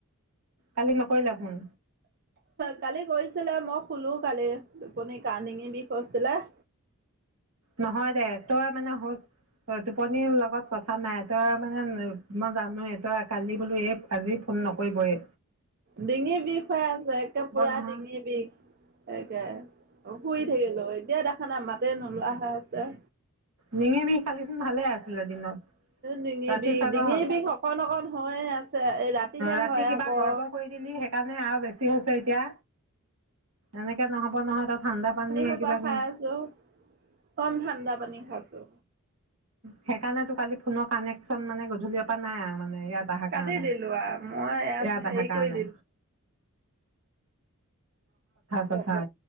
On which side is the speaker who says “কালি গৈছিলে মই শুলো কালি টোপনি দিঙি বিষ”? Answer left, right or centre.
Right